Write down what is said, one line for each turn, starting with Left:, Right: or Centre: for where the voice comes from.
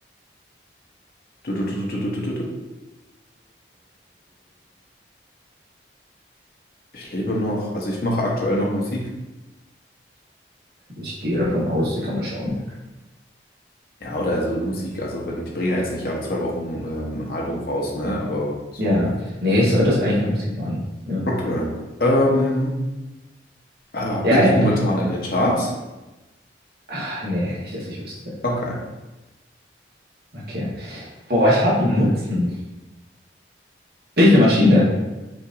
Left: Ich lebe noch, also ich mache aktuell noch Musik.
Right: Ich gehe davon aus, die kann man schauen.
Left: Ja, oder also Musik, also wenn die bringen ja jetzt nicht alle zwei Wochen ähm, ein Album raus, ne? Aber so.
Right: Ja. Nee, ich sollte das eigentlich noch Musik machen. Ja.
Left: Okay. Ähm, ah, bin
Right: Ja, ja,
Left: ich momentan
Right: doch, doch, doch,
Left: in den
Right: doch.
Left: Charts?
Right: Ach, nee, nicht, dass ich wüsste.
Left: Okay.
Right: Okay. Boah, ich habe einen Nutzen. Bin ich eine Maschine?